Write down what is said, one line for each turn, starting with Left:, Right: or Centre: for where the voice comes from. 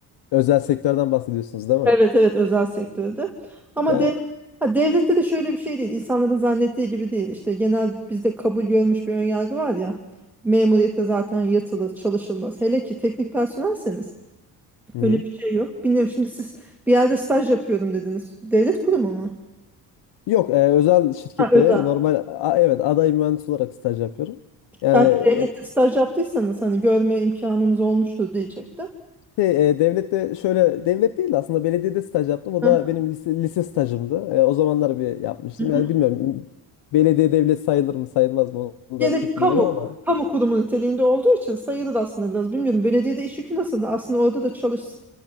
Left: özel sektörden bahsediyorsunuz değil mi?
Centre: Evet evet özel sektörde. Ama
Left: Ya
Centre: dev, ha, devlette de şöyle bir şey değil. İnsanların zannettiği gibi değil. İşte genel bizde kabul görmüş bir önyargı var ya. Memuriyette zaten yatılır, çalışılmaz. Hele ki teknik personelseniz
Left: hı hı.
Centre: öyle bir şey yok. Bilmiyorum şimdi siz bir yerde staj yapıyorum dediniz. Devlet kurumu mu?
Left: Yok, e, özel şirkette
Centre: Ha, özel.
Left: normal a- evet aday mühendis olarak staj yapıyorum. Yani
Centre: Belki
Left: e,
Centre: devlette staj yaptıysanız hani görme imkanınız olmuştur diyecektim.
Left: şey, e, devlette şöyle devlet değil de aslında belediyede staj yaptım. O
Centre: Hı
Left: da benim lise, lise stajımdı. E, o zamanlar bir yapmıştım.
Centre: hı.
Left: Yani bilmiyorum belediye devlet sayılır mı sayılmaz mı onu
Centre: Gene
Left: da pek
Centre: bir kamu,
Left: bilmiyorum ama
Centre: kamu kurumu niteliğinde olduğu için sayılır aslında biraz. Bilmiyorum belediyede iş yükü nasıl? Aslında orada da çalış